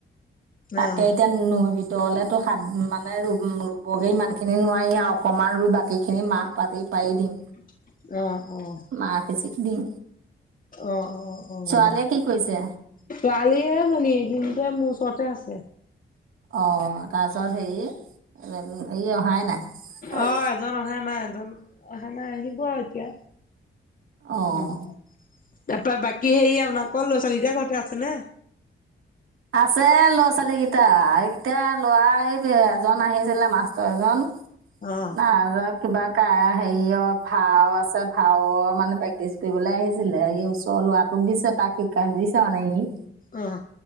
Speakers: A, on the right; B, on the left.
A: তাকে
B: অ',
A: এতিয়া নৈ ভে দলেতো সাত মানে ৰুবগৈ ইমানখিনি নোৱাৰি আৰু, অকণমান ৰুই বাকীখিনি মাহ পাতি পাৰি দিম।
B: <inaudible> অহ-অহ,
A: মাহ সিঁচি দিম
B: অহ-অহ-অহ।
A: ছোৱালীয়ে কি কৰিছে
B: ছোৱালী এইজনী, দিনটোৱে মোৰ ওচৰতে আছে।
A: অ তাৰপিছত হেৰি ই অহাই নাই।
B: অ', এজন অহা নাই, এজন অহা নাই, আহিব আৰু এতিয়া
A: অঁ
B: উম। তাৰপৰা বাকী হেৰি আপোনাৰ, ল'ৰা-ছোৱালী কেইটা ঘৰতে আছে নে?
A: আছে ল'ৰা-ছোৱালী কেইটা, এইকেইটা ল'ৰা এই এজন আহিছিলে মাষ্টৰ এজন
B: অ।
A: নাটৰ কিবা হেৰি অ ভাও আছে, ভাওৰ মানে প্ৰেক্টিচ দিবলৈ আহিছিলে, সি ওচৰৰ ল'ৰাটোক দিছে, তাক শিকাই দিছে মানে সি।
B: অহ